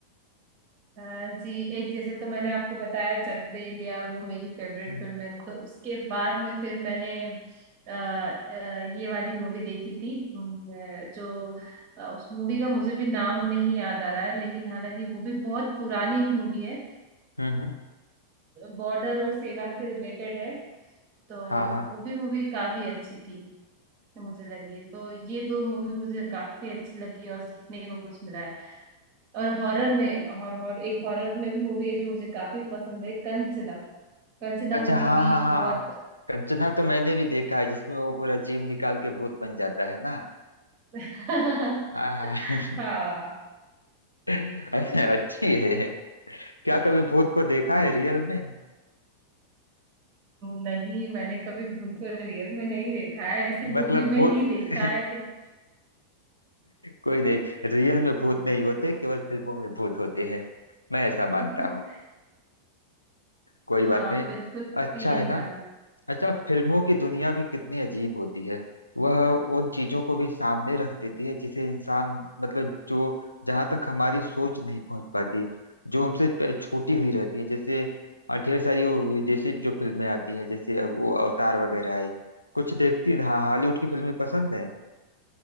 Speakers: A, on the right (about 35°); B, on the left (about 80°).
A: हाँ जी एक जैसे तो मैंने आपको बताया चक दे इंडिया वो मेरी फेवरेट
B: हम्म
A: फिल्म है तो उसके बाद में फिर मैंने अ, अ, ये वाली मूवी देखी थी अम, अ, जो अ, उस मूवी का मुझे भी नाम नहीं याद आ रहा है लेकिन हालांकि वो भी बहुत पुरानी मूवी है
B: हम्म हम्म।
A: बॉर्डर और सेना से रिलेटेड है तो
B: हाँ हाँ
A: वो भी मूवी काफी अच्छी थी तो मुझे लगी तो ये दो मूवी मुझे काफी अच्छी लगी और सीखने को कुछ मिला है और हॉरर में और, और एक हॉरर में भी मूवी है जो मुझे काफी पसंद है कंचना कंचना
B: अच्छा
A: मूवी
B: हाँ
A: भी
B: हाँ हाँ
A: बहुत
B: हाँ कंचना तो मैंने भी देखा है जिसमें वो पूरा जीव निकाल के भूत बन जाता है ना
A: <laughs>
B: हाँ <laughs>
A: हाँ
B: अच्छी है क्या कभी भूत को देखा है रियल में
A: नहीं मैंने कभी भूत को रियल में नहीं देखा है ऐसी
B: मतलब
A: मूवी में
B: भूत
A: ही देखा
B: <laughs>
A: है क्या
B: कोई नहीं रियल में भूत नहीं होते केवल फिल्मों में भूत होते हैं मैं ऐसा मानता
A: <laughs>
B: हूँ कोई
A: हाँ
B: बात नहीं
A: बिल्कुल
B: अच्छा
A: भी यही
B: है ना
A: मान
B: अच्छा फिल्मों की दुनिया भी कितनी अजीब होती है वह उन चीजों को भी सामने रख देती है जिसे इंसान मतलब जो जहां तक हमारी सोच नहीं पहुंच पाती जो हमसे प- छूटी हुई रहती है जैसे अ, ढेर सारी वो विदेशी जो फिल्में आती हैं जैसे अब वो अवतार वगैरह आई कुछ देखती हाँ हॉलीवुड की फिल्में पसंद